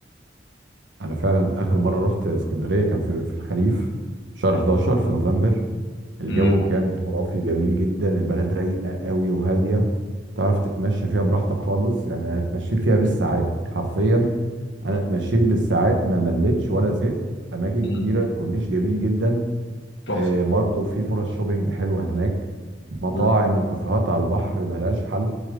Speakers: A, on the right; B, on the left.
A: انا فعلا اخر مره رحت اسكندريه كان في في الخريف شهر 11 في نوفمبر الجو
B: امم
A: كان خرافي جميل جدا البلد رايقه قوي وهاديه تعرف تتمشى فيها براحتك خالص يعني انا اتمشيت فيها بالساعات حرفيا انا اتمشيت بالساعات ما مليتش ولا زهقت اماكن
B: مم.
A: كتيره كورنيش جميل جدا
B: تحفة
A: آه، برضو في فرص شوبينج حلوه هناك مطاعم
B: مم.
A: وكافيهات على البحر ملهاش حل